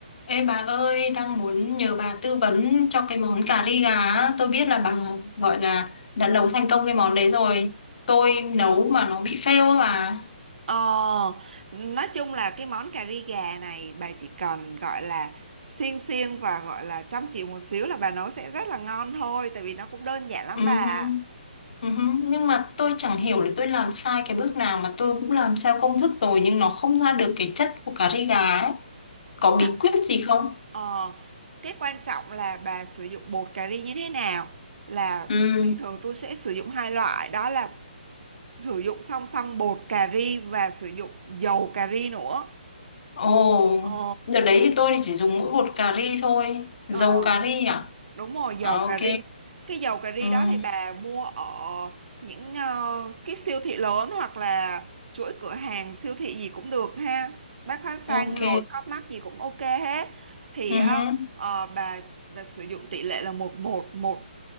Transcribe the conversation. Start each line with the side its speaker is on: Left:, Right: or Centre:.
Left: Ê bà ơi, đang muốn nhờ bà tư vấn cho cái món cà ri gà. á. Tôi biết là bà gọi là đã nấu thành công cái món đấy rồi. Tôi nấu mà nó bị fail á bà.
Right: Ờ, nói chung là cái món cà ri gà này bà chỉ cần gọi là xiên xiên và gọi là chăm chỉ một xíu là bà nấu sẽ rất là ngon thôi tại vì nó cũng đơn giản lắm
Left: Ừm,
Right: bà ạ.
Left: ừm, Nhưng mà tôi chẳng hiểu là tôi làm sai cái bước nào mà tôi cũng làm theo công thức rồi nhưng nó không ra được cái chất của cà ri gà ấy. Có bí
Right: À,
Left: quyết gì không?
Right: ờ, cái quan trọng là bà sử dụng bột cà ri như thế nào là
Left: Ừm,
Right: bình thường tôi sẽ sử dụng hai loại đó là sử dụng song song bột cà ri và sử dụng dầu cà ri nữa.
Left: Ồ,
Right: Ờ,
Left: đợt đấy thì tôi chỉ dùng mỗi bột cà ri thôi. Dầu
Right: ờ.
Left: cà ri à?
Right: đúng rồi dầu
Left: À ok.
Right: cà ri cái dầu cà ri
Left: Ừm,
Right: đó thì bà mua ở những ờ, cái siêu thị lớn hoặc là chuỗi cửa hàng siêu thị gì cũng được ha bách hóa xanh
Left: Ok.
Right: rồi Co.op mắc gì cũng ok hết thì
Left: Ừm,
Right: á, ờ, bà bà sử dụng tỷ lệ là một một một